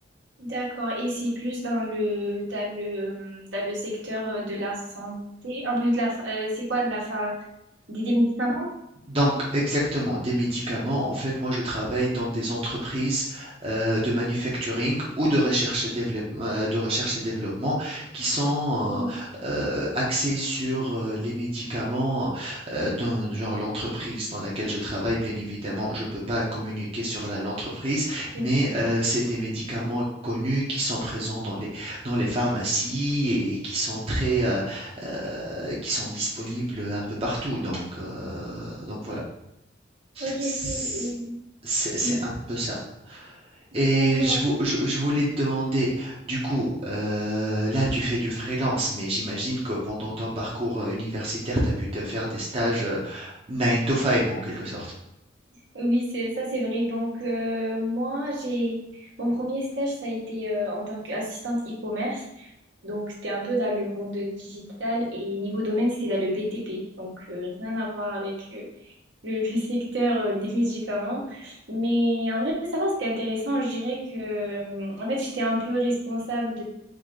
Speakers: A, on the right (about 65°); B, on the right (about 30°).
A: D'accord. Et c'est plus dans le, dans le, euh, dans le secteur euh, de la santé, un peu de la, fa- euh, c'est quoi, de la, fa- des, des médicaments?
B: Donc, exactement, des médicaments. En fait, moi, je travaille dans des entreprises euh, de manufacturing ou de recherche et développement, euh, de recherche et développement qui sont
A: Oui,
B: euh, euh, axées sur euh, les médicaments. euh, dans, genre, l'entreprise dans laquelle je travaille, bien évidemment, je ne peux pas communiquer sur la- l'entreprise,
A: bien
B: mais
A: évidemment.
B: euh, c'est des médicaments connus qui sont présents dans les, dans les pharmacies et qui sont très, euh, euh, qui sont disponibles un peu partout. Donc, euh, donc voilà,
A: Ok,
B: c'est
A: ok, oui,
B: c'est
A: oui,
B: un peu ça. Et
A: d'accord.
B: je, vou- je, je voulais te demander, du coup, euh, là tu fais du freelance, mais j'imagine que pendant ton parcours euh, universitaire, tu as pu te faire des stages euh, 9 to five en quelque sorte.
A: Oui, c'est ça, c'est vrai. Donc, euh, moi, j'ai mon premier stage, ça a été euh, en tant qu'assistante e-commerce. Donc, c'était un peu dans le monde digital et niveau domaine, c'était dans le BTP. Donc, euh, rien à voir avec euh, le, <laughs> le secteur euh, des médicaments. Mais en vrai, ça va, c'était intéressant. Je dirais que, euh, en fait, j'étais un peu responsable